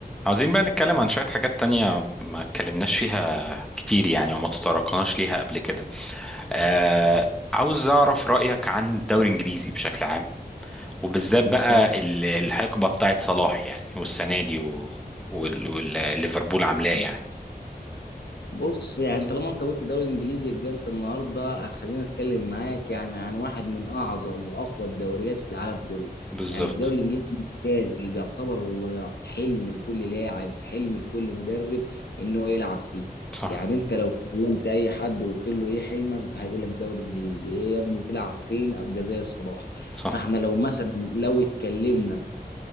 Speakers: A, in the centre; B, on the left.
A: عاوزين بقى نتكلم عن شوية حاجات تانية ما اتكلمناش فيها كتير يعني وما تطرقناش ليها قبل كده آه عاوز أعرف رأيك عن الدوري الإنجليزي بشكل عام وبالذات
B: انت
A: بقى ال- الحقبة بتاعت صلاح يعني والسنة دي و- وال- والليفربول عاملاه يعني
B: بص يعني طالما انت قلت دوري انجليزي يبقى انت النهارده هتخليني اتكلم معاك يعني عن واحد من اعظم واقوى الدوريات في العالم كله
A: بالظبط
B: يعني الدوري الانجليزي الممتاز اللي بيعتبر هو حلم لكل لاعب حلم لكل مدرب انه يلعب فيه
A: صح
B: يعني انت لو كلمت اي حد وقلت له ايه حلمك هيقول لك دوري انجليزي ايه يا ابني تلعب فين ابقى زي صلاح
A: صح
B: فاحنا لو مثلا لو اتكلمنا